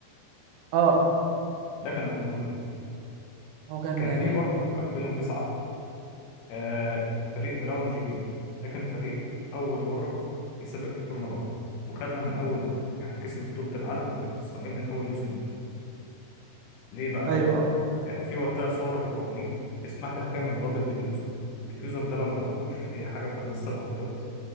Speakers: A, on the right; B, on the left.
A: اه
B: ده كان القانون الغريب
A: هو كان
B: كان
A: يعني
B: في برضه في 2009 آه فريق براون جي بي ده كان فريق اول مره يسابق في الفورمولا 1 وخدها من اول مره يعني كسب بطوله العالم وبطوله الصناعيه من اول موسم ليه ليه بقى
A: ايوه اه
B: كان في وقتها ثورة في القوانين تسمح لك تعمل دبل ديفيوزر الديفيوزر ده لو ما تعرفوش هي حاجة في هندسة العربيات